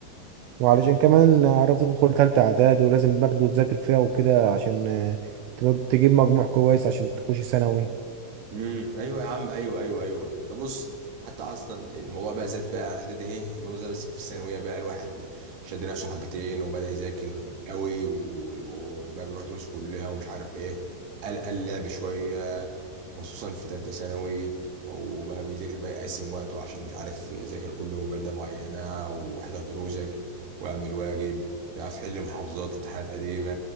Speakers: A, on the right; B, on the right.
A: وعلشان كمان عرفت تدخل تالتة إعدادي ولازم برضو تذاكر فيها وكده عشان آه، تبقى- تجيب مجموع كويس عشان تخش ثانوي
B: امم ايوه يا عم ايوه ايوه ايوه ده بص حتى اصلا الموضوع بقى زاد بقى على اعدادي ايه الموضوع زاد بس في الثانويه بقى الواحد شد نفسه حبتين وبدا يذاكر قوي و- وبقى بيروح دروس كلها ومش عارف ايه قال قال لعب شويه خصوصا في تالتة ثانوي او بقى بيذاكر بقى يقسم وقته عشان مش عارف يذاكر كل يوم مادة معينة واحضر دروسك واعمل واجب بيعرف يحل محافظات امتحانات قديمة